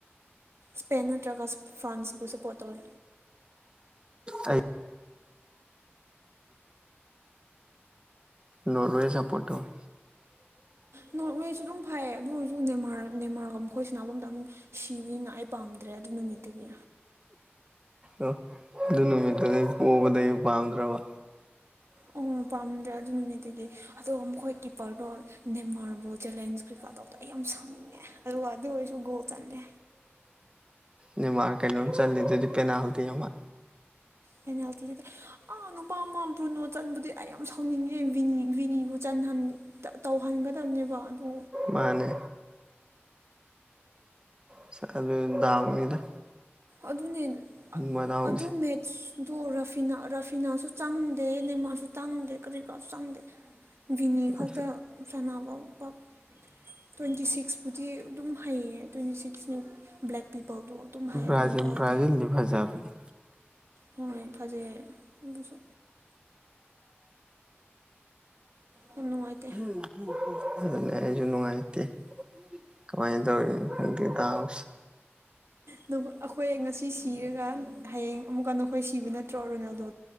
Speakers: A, on the right (about 85°); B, on the right (about 25°).
A: ꯁ꯭ꯄꯦꯟ ꯅꯠꯇ꯭ꯔꯒ ꯏꯁꯐ꯭ꯔꯥꯟꯁꯕꯨ ꯁꯄꯣꯔꯠ ꯇꯧꯋꯤ
B: ꯑꯩ ꯅꯣꯔꯋꯦ ꯁꯄꯣꯔꯠ ꯇꯧꯋꯤ
A: ꯅꯣꯔꯠꯋꯦꯁꯨ ꯑꯗꯨꯝ ꯐꯩꯌꯦ ꯑꯗꯨ ꯑꯣꯏꯔꯁꯨ ꯅꯦꯃꯥꯔ ꯅꯦꯃꯥꯔꯒ ꯃꯈꯣꯏ ꯁꯅꯥꯕ ꯃꯇꯝ ꯁꯤꯕꯅꯤꯅ ꯑꯩ ꯄꯥꯝꯗ꯭ꯔꯦ ꯑꯗꯨ ꯅꯨꯃꯤꯠꯇꯒꯤ
B: ꯑꯣ ꯑꯗꯨ ꯅꯨꯃꯤꯠꯇꯨꯗꯩ ꯄꯣꯕꯗꯩ ꯄꯥꯝꯗ꯭ꯔꯕ
A: ꯑꯣ ꯄꯥꯝꯗ꯭ꯔꯦ ꯑꯗꯨ ꯅꯨꯃꯤꯠꯇꯒꯤ ꯑꯗꯣ ꯃꯈꯣꯏ ꯀꯤꯞꯄꯔꯗꯣ ꯅꯦꯃꯥꯔꯕꯨ ꯆꯦꯂꯦꯟꯁ ꯀ꯭ꯔꯤ ꯀꯥ ꯇꯧ ꯑꯩ ꯌꯥꯝ ꯁꯥꯎꯅꯤꯡꯉꯦ ꯑꯗꯨꯒ ꯑꯗꯨ ꯑꯣꯏꯔꯁꯨ ꯒꯣꯜ ꯆꯟꯗꯦ
B: ꯅꯦꯃꯥꯔ ꯀꯩꯅꯣꯝ ꯆꯜꯂꯤꯗꯨꯗꯤ ꯄꯦꯅꯥꯜꯇꯤ ꯑꯃ
A: ꯄꯦꯅꯥꯜꯇꯤ ꯅꯇꯦ ꯑꯥ ꯅꯨꯄꯥ ꯑꯃ ꯕꯨꯅꯣ ꯆꯟꯕꯗꯤ ꯑꯩ ꯌꯥꯝ ꯁꯥꯎꯅꯤꯡꯉꯤ ꯕꯤꯅꯤ ꯕꯤꯅꯤꯕꯨ ꯆꯟꯍꯟ ꯇꯥ ꯇꯧꯍꯟꯒꯗꯝꯅꯦꯕ ꯑꯗꯨ
B: ꯃꯥꯅꯦ ꯑꯁ ꯑꯗꯨ ꯗꯥꯎ ꯅꯤꯗ
A: ꯑꯗꯨꯅꯦ ꯑꯥ
B: ꯃꯗꯥꯎꯁꯦ
A: ꯑꯗꯨ ꯃꯦꯠꯁ ꯑꯗꯣ ꯔꯐꯤꯅꯥ ꯔꯥꯐꯤꯅꯥꯁꯨ ꯆꯪꯗꯦ ꯅꯦꯃꯥꯔꯁꯨ ꯆꯪꯗꯦ ꯀꯔꯤ ꯀꯥꯁꯨ ꯆꯪꯗꯦ ꯕꯤꯅꯤ ꯈꯛꯇ
B: ꯑꯁ
A: ꯁꯥꯟꯅꯕ ꯄꯥꯛ ꯇ꯭ꯋꯦꯟꯇꯤ ꯁꯤꯛꯁꯄꯨꯗꯤ ꯑꯗꯨꯝ ꯍꯩꯌꯦ ꯇ꯭ꯋꯦꯟꯇꯤ ꯁꯤꯛꯁꯅꯤ ꯕ꯭ꯂꯦꯛ ꯄꯤꯄꯜꯗꯣ ꯑꯗꯨꯝ ꯍꯩ ꯑꯗꯨ
B: ꯕ꯭ꯔꯥꯖꯤꯜ
A: ꯅꯨꯄꯥꯗꯤ
B: ꯕ꯭ꯔꯥꯖꯤꯜꯗꯤ ꯐꯖꯕꯅꯤ
A: ꯍꯣꯢ ꯐꯖꯩꯌꯦ ꯑꯗꯨꯁꯨ ꯌꯥꯝ ꯅꯨꯡꯉꯥꯏꯇꯦ
B: <unintelligible> ꯑꯗꯨꯅꯦ ꯑꯩꯁꯨ ꯅꯨꯡꯉꯥꯏꯇꯦ ꯀꯃꯥꯏꯅ ꯇꯧꯔꯤꯅꯣ ꯈꯪꯗꯦ ꯗꯥꯎꯁꯤ
A: ꯅꯥꯈꯣ ꯑꯈꯣꯏ ꯉꯁꯤ ꯁꯤꯔꯒ ꯍꯌꯦꯡ ꯑꯃꯨꯛꯀ ꯅꯈꯣꯏ ꯁꯤꯕ ꯅꯠꯇ꯭ꯔꯣ ꯔꯣꯅꯥꯜꯗꯣ